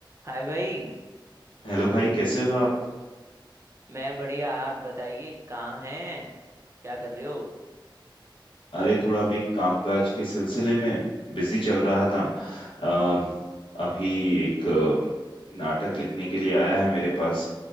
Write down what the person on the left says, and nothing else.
हेलो भाई कैसे हो आप
अरे थोड़ा अभी कामकाज के सिलसिले में बिजी चल रहा था अ, अभी एक अ, नाटक लिखने के लिए आया है मेरे पास